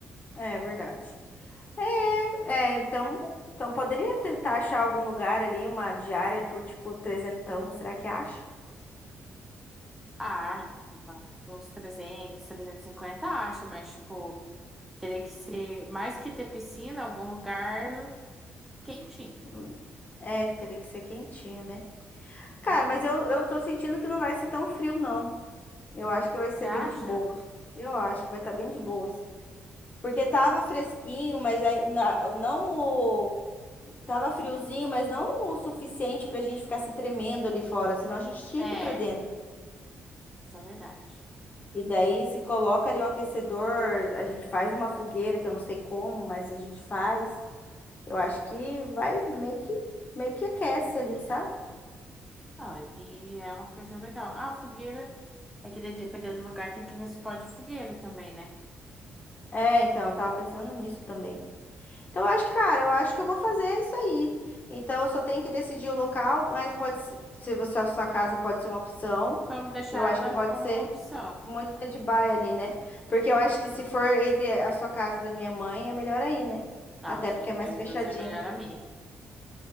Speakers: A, on the left; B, in the centre.
A: É é verdade. É, é, então, então poderia tentar achar algum lugar ali, uma diária por tipo trezentão. Será que acha?
B: Ah, uns trezentos, trezentos e cinquenta acha, mas, tipo, teria que ser mais que ter piscina, algum lugar quentinho.
A: Hum. É, teria que ser quentinho, né?
B: Uhum.
A: Cara, mas eu, eu tô sentindo que não vai ser tão frio, não. Eu acho que vai
B: Você
A: ser
B: acha?
A: bem de boas. Eu acho que vai estar bem de boas. Porque tava
B: Ah,
A: fresquinho, mas aí na- não o. Tava friozinho, mas não o suficiente pra gente ficar se tremendo ali fora, senão a gente tinha
B: é,
A: ido pra dentro.
B: isso é verdade.
A: E daí se coloca ali um aquecedor, a gente faz uma fogueira, que eu não sei como, mas a gente faz. Eu acho que vai meio que, meio que aquece ali, sabe?
B: Não, e é uma coisa legal. Ah, fogueira. É que de- dependendo do lugar tem que ver se pode fogueira também, né?
A: É, então, eu tava pensando nisso também. Então, Eu acho que, cara, eu acho que eu vou fazer isso aí. Então, eu só tenho que decidir o local, mas pode ser, se você, a sua casa pode ser uma opção.
B: Vamos deixar
A: Eu
B: ela
A: acho que pode
B: como
A: ser
B: opção.
A: um stand-by ali, né? Porque eu acho
B: Uhum.
A: que se for entre a sua casa e da minha mãe, é melhor aí, né?
B: Não,
A: Até
B: se
A: porque
B: entre
A: é mais
B: os
A: fechadinho.
B: dois é melhor a minha.